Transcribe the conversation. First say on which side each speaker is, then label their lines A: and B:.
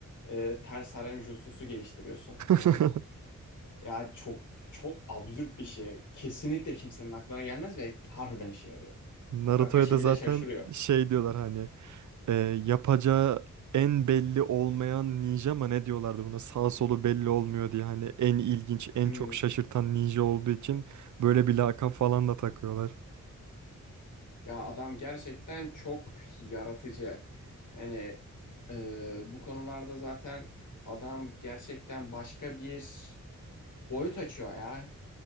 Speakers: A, on the left; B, on the right.
A: e, ters harem jutsusu geliştiriyorsun.
B: <laughs>
A: Hani ya çok çok absürt bir şey. Kesinlikle kimsenin aklına gelmez ve harbiden işe yarıyor.
B: Naruto'ya
A: Kakashi
B: da
A: bile
B: zaten
A: şaşırıyor.
B: şey diyorlar hani e, yapacağı en belli olmayan ninja mı ne diyorlardı buna sağ solu belli olmuyor diye hani en ilginç en
A: Hmm.
B: çok şaşırtan ninja olduğu için böyle bir lakap falan da takıyorlar.
A: Ya adam gerçekten çok yaratıcı. Hani e, bu konularda zaten adam gerçekten başka bir boyut açıyor ya.